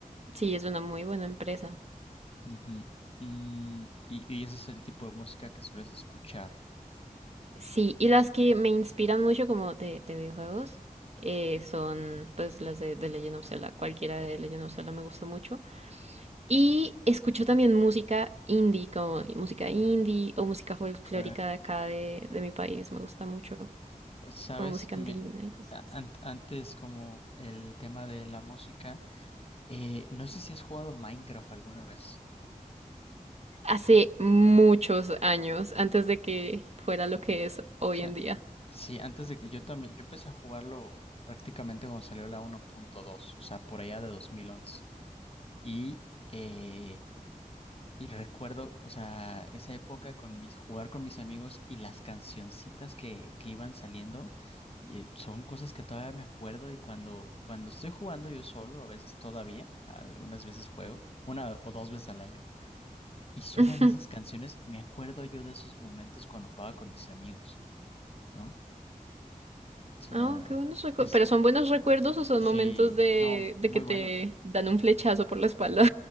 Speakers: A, on the right (about 50°); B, on the left (about 45°).
A: sí, es una muy buena empresa.
B: Ujú. Mm, y, y ese es el tipo de música que sueles escuchar.
A: Sí, y las que me inspiran mucho como de, de videojuegos eh, son pues las de, de Legend of Zelda. Cualquiera de Legend of Zelda me gusta mucho. Y escucho también música indie, como música indie o música folclórica
B: Ok.
A: de acá de, de mi país. Me gusta mucho
B: Sabes,
A: como música
B: me,
A: andina y cosas
B: a-
A: así.
B: an- antes como el tema de la música, eh, no sé si has jugado Minecraft alguna vez.
A: Hace muchos años, antes de que fuera lo que es hoy
B: O sea,
A: en día.
B: sí, antes de que yo también, yo empecé a jugarlo prácticamente cuando salió la uno punto dos, o sea, por allá de dos mil once, Y eh, Y recuerdo, o sea, esa época con mis, jugar con mis amigos y las cancioncitas que, que iban saliendo, eh, son cosas que todavía me acuerdo y cuando, cuando estoy jugando yo solo, a veces todavía, algunas veces juego, una o dos veces al año, y suenan
A: <laughs>
B: esas canciones, me acuerdo yo de esos momentos cuando jugaba con mis amigos, ¿no? O sea,
A: Ah, qué buenos recuerdos.
B: es,
A: ¿Pero son buenos recuerdos o son
B: sí,
A: momentos de,
B: no,
A: de
B: muy
A: que te
B: buenos.
A: dan un flechazo por la espalda?